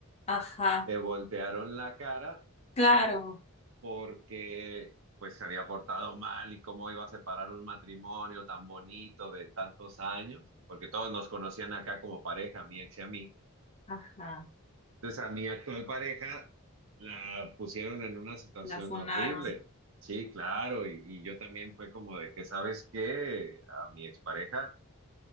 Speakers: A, on the left; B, on the right.
A: Ajá.
B: le voltearon la cara
A: Claro,
B: porque pues se había portado mal y cómo iba a separar un matrimonio tan bonito de tantos años, porque todos nos conocían acá como pareja, mi ex y a mí.
A: ajá,
B: Entonces a mi actual pareja la pusieron en una situación
A: la funaron.
B: horrible. Sí, claro, y, y yo también fue como de que, ¿sabes qué? A mi expareja,